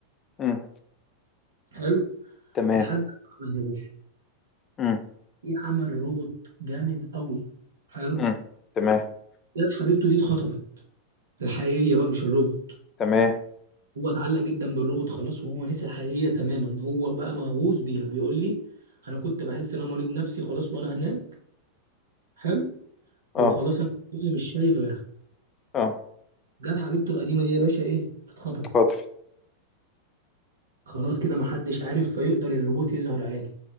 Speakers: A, on the left (about 25°); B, on the right (about 70°).
A: امم
B: حلو
A: تمام
B: لحد ما عملها يا باشا
A: امم
B: في عمل روبوت جامد قوي حلو
A: امم تمام
B: جت حبيبته دي اتخطفت الحقيقيه بقى مش الروبوت
A: تمام
B: هو اتعلق جدا بالروبوت خلاص وهو نسي الحقيقيه تماما هو بقى مهووس بيها بيقول لي انا كنت بحس ان انا مريض نفسي خلاص وانا هناك حلو
A: اه
B: وخلاص انا مش شايف غيرها
A: اه
B: جت حبيبته القديمه دي يا باشا ايه اتخطفت
A: خاطر
B: خلاص كده محدش عارف فيقدر الروبوت يظهر عادي